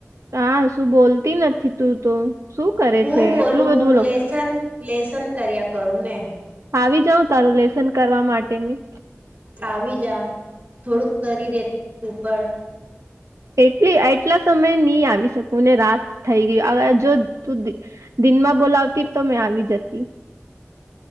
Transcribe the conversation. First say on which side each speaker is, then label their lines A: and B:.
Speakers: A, on the right (about 85°); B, on the right (about 45°).
A: કા શું બોલતી નથ તું તો શું કરે
B: હું
A: છે
B: બોલું
A: એટલું બધું લો
B: લેસન લેસન કર્યા કરું ને
A: આવી જાઉ તારું લેસન કરવા માટે મેં
B: આવી જા થોડુંક કરી દેજે તું પણ
A: એટલી એટલા સમય નહી આવી શકું ને રાત થઈ ગય હવ જો તું દિનમાં બોલાવતી તો મેં આવી જતી